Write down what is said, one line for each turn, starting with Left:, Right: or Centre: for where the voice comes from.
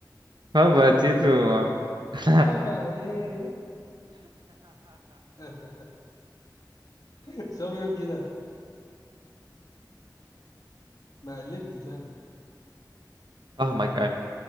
Right: هبا تيتو <laughs>
Left: هبه ايه <laughs> بس هو بيعمل كده ما قلبتش
Right: فاهمك ايوه